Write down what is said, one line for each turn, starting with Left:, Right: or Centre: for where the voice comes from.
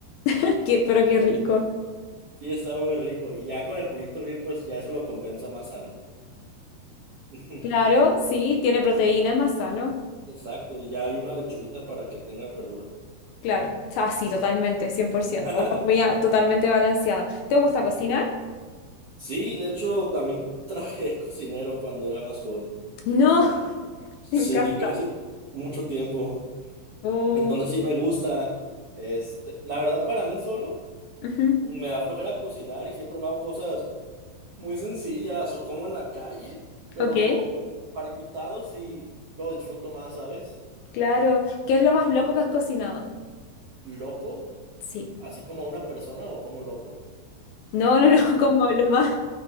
Left: <laughs> Qué- pero qué rico.
Right: Sí, está muy rico. Y ya con el pollito grill, pues ya eso lo compensa más sano. <laughs>
Left: Claro, sí, tiene proteína, es más sano.
Right: Exacto, y ya hay una lechuguita para que tenga verdura.
Left: Claro. Ah, sí, totalmente, 100%.
Right: <laughs>
Left: Una comida totalmente balanceada. ¿Te gusta cocinar?
Right: Sí, de hecho, también <laughs> trabajé de cocinero cuando era más joven.
Left: No, <laughs>
Right: Sí,
Left: me encanta.
Right: casi mucho tiempo.
Left: Oh,
Right: Entonces sí me gusta. Este, la verdad, para mí solo.
Left: ujú,
Right: Me da flojera cocinar y siempre me hago cosas muy sencillas o como en la calle, pero
Left: Ok.
Right: para invitados sí lo disfruto más, ¿sabes?
Left: Claro. ¿Qué es lo más loco que has cocinado?
Right: Loco,
Left: Sí.
Right: así como una persona o como loco.
Left: No, no, no, <laughs> como lo más,